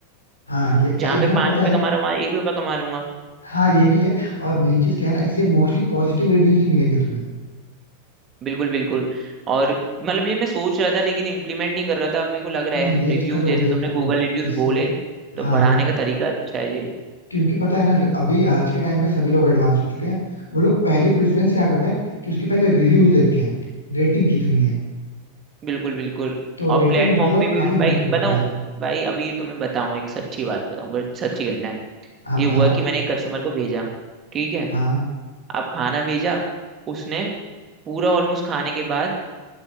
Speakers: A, on the left; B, on the right.
A: हाँ ये
B: जहाँ
A: इनफैक्ट
B: पे पाँच
A: पता
B: रुपये
A: है
B: कमा रहा हूँ वहाँ एक रुपया कमा लूंगा
A: हाँ ये भी है और मेन चीज क्या है ना इससे मोस्टली पॉजिटिव रिव्यूज ही मिलेंगे तुम्हें
B: बिल्कुल बिल्कुल और मतलब ये मैं सोच रहा था लेकिन इम्प्लीमेंट नहीं कर रहा था अब मेरे को लग रहा
A: नहीं
B: है
A: ये
B: रिव्यू
A: करो
B: जैसे
A: ये
B: तुमने
A: करो
B: गूगल रिव्यूज
A: इससे
B: बोले तो
A: हाँ
B: बढ़ाने
A: हाँ
B: का तरीका अच्छा है
A: क्योंकि पता है ना अभी आज के टाइम पे सभी लोग एडवांस हो चुके हैं वो लोग पहले प्रेफरेंस क्या करते हैं कि उसके पहले रिव्यूज देखते हैं रेटिंग कितनी है
B: बिल्कुल बिल्कुल
A: तो
B: और
A: रेटिंग
B: प्लेटफॉर्म
A: ओवरऑल
B: पे भी
A: काफी
B: भाई
A: मैटर करती
B: बताऊं
A: है
B: भाई अभी तुम्हें बताऊं एक सच्ची बात बताऊं अगर सच्ची घटना है
A: हाँ
B: ये
A: बताओ
B: हुआ कि मैंने एक कस्टमर को भेजा ठीक है
A: हाँ
B: अब खाना भेजा उसने पूरा ऑलमोस्ट खाने के बाद